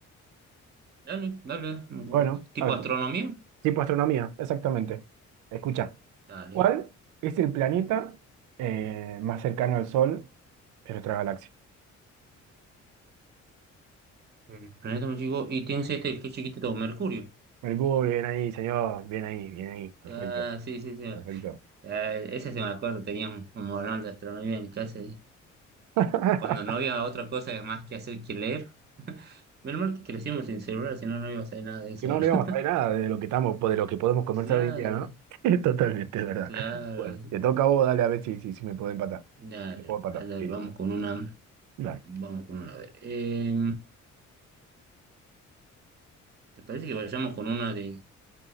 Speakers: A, on the right; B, on the right.
A: Dale, dale. no
B: Bueno,
A: ¿Tipo
B: a ver,
A: astronomía?
B: tipo astronomía, exactamente. Escucha,
A: Dale.
B: ¿cuál es el planeta eh, más cercano al Sol de nuestra galaxia?
A: Ujú. Planeta muy chico. Y tienes este, qué chiquitito, Mercurio.
B: Mercurio, bien ahí, señor, bien ahí, bien ahí, perfecto,
A: Ah, sí, sí, sí.
B: perfecto.
A: Ah, ese se me acuerdo, tenía un, un manual de astronomía en casa.
B: <laughs>
A: cuando no había otra cosa más que hacer que leer. <laughs> Menos mal que crecimos sin celular, si no, no iba a hacer nada de eso.
B: si no,
A: <laughs>
B: no íbamos a saber nada de lo que estamos, de lo que podemos conversar
A: Claro,
B: hoy en día, ¿no? <laughs> Totalmente, es verdad.
A: claro.
B: Bueno, te toca a vos, dale a ver si, si, si me puedo empatar.
A: Dale,
B: Si te puedo empatar.
A: dale, dale,
B: Sí.
A: vamos con una.
B: Dale.
A: Vamos con una. A ver. eh, ¿te parece que vayamos con una de,